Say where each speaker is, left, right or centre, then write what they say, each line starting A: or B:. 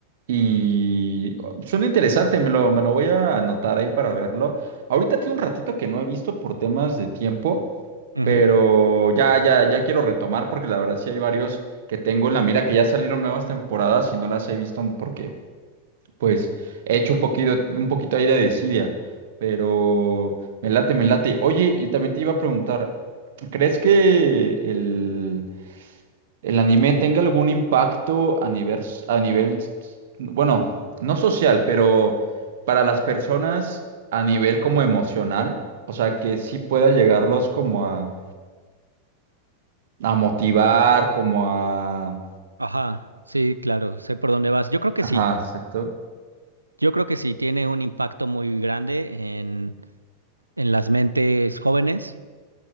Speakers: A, on the right (about 55°); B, on the right (about 80°).
A: Y oh, suena interesante, me lo, me lo voy a anotar ahí para verlo. Ahorita tiene un ratito que no he visto por temas de tiempo,
B: Ujú.
A: pero ya, ya, ya quiero retomar porque la verdad sí hay varios que tengo en la mira que ya salieron nuevas temporadas y no las he visto porque pues he hecho un poquito, un poquito ahí de desidia, pero me late, me late. Oye, y también te iba a preguntar, ¿crees que el, el anime tenga algún impacto a nivel, s- a nivel, s- bueno, no social, pero para las personas a nivel como emocional? O sea, que sí pueda llegarlos como a, a motivar, como a...
B: Ajá, sí, claro, sé por dónde vas. Yo creo que
A: Ajá,
B: sí,
A: exacto.
B: yo creo que sí, tiene un impacto muy grande en, en las mentes jóvenes,